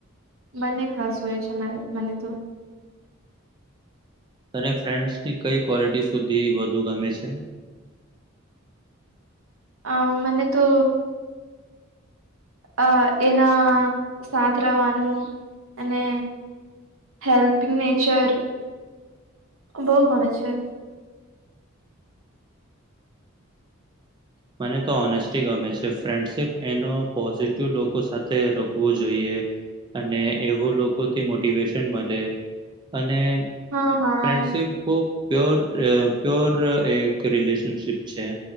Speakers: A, on the right; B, on the right.
A: બને ખાસ હોય છે મને તો
B: તને ફ્રેન્ડસની કઈ ક્લિટી સુધી વધુ ગમે છે.
A: અ મને તો અ એના સાથ રવાનું અને હેલ્પિંગ નેચર બહુ ગમે છે.
B: મને તો ઓનેસ્ટી ગમે છે ફ્રેન્ડશપ એનો લોકો સાથે રોકવું જોઈએ અને એવો લોકોથી મોટિવેશન મળે અને
A: હા હા
B: ફ્રેન્ડશીપ બ પર પ્યોર એક રિલેશનશીપ છે.